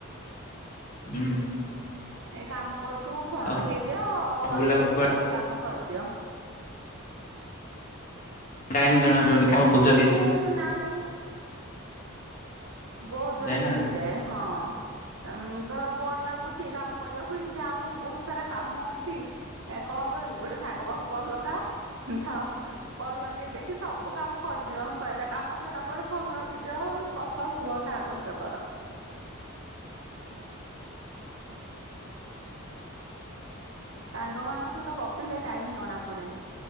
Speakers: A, on the left; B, on the right.
A: ହୁଁ।
B: ଏଇ କାମ କରୁଥିବୁ ଫୋନ୍
A: ଆଉ
B: ଲଗେଇ ଦିଅ ଗପି
A: ବୁଲାବୁଲି
B: ଗପି
A: କୁଆଡେ
B: ସବୁ କାମ କରିଦିଅ।
A: ଟାଇମ୍ ଜଣା ପଡୁନି <unintelligible>
B: ଏ ନାଇଁ। ବହୁତ ଜଲ୍ଦି
A: ଯାଇନାହାନ୍ତି
B: ହେଇଯାଏ ହଁ। ଉଁ- ଦ ବୋର୍ ଲାଗୁଚି କାମ କରିବାକୁ ଇଚ୍ଛା ହଉନି ବହୁତ୍ ସାରା କାମ ଅଛି। ଏ କଣ କରିବୁ ଗୋଟେ ସାଙ୍ଗ ପାଖକୁ କଲ୍ ଲଗାଅ ଯାଅ। କଲ୍ ଲଗେଇ ଦେଇକି ସବୁ କାମ କରିଦିଅ ସଇଲା କାମ ସଇଲା ପରେ ଫୋନ୍ ରଖିଦିଅ ବସ। <unintelligible> ଯାହା କରୁଚ କର। ସାଙ୍ଗ ମାନଙ୍କ ସହିତ ଗପିଲେ ଟାଇମ୍ ଜଣା ପଡେନି।